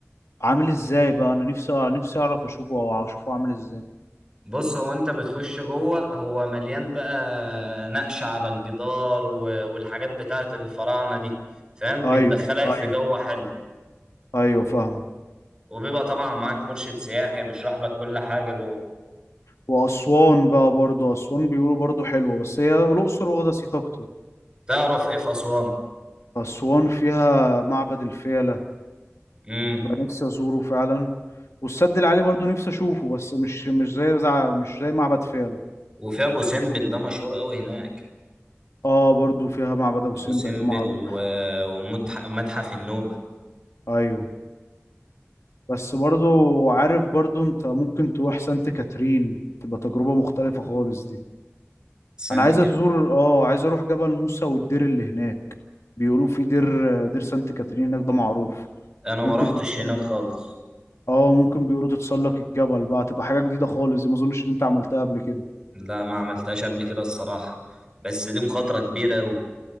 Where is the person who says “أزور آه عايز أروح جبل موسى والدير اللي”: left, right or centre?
Left